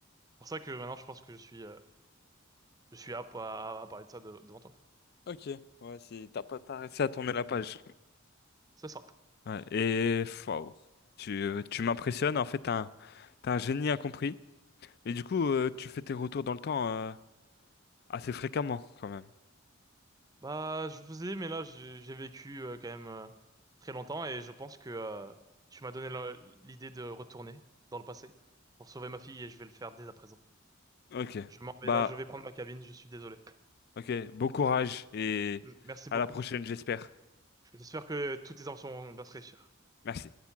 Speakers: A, on the right; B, on the left.
A: Pour ça que maintenant, je pense que je suis euh, je suis apte à, à, à parler de ça de- devant toi.
B: Ok, ouais, c'est t'as pas t'as réussi à tourner la page.
A: C'est ça.
B: Ouais, et waouh, tu, tu m'impressionnes. En fait, t'as un, t'as un génie incompris. Mais du coup, euh, tu fais tes retours dans le temps euh, assez fréquemment, quand même.
A: Bah, je faisais, mais là, j'ai j'ai vécu euh, quand même euh, très longtemps et je pense que euh, tu m'as donné la- l'idée de retourner dans le passé pour sauver ma fille et je vais le faire dès à présent.
B: Ok.
A: Je m'en
B: Bah,
A: vais là, je vais prendre ma cabine, je suis désolé.
B: ok. Bon courage et
A: M- Merci
B: à
A: beaucoup.
B: la prochaine, j'espère.
A: J'espère que toutes tes enfants vont bien se réussir.
B: Merci.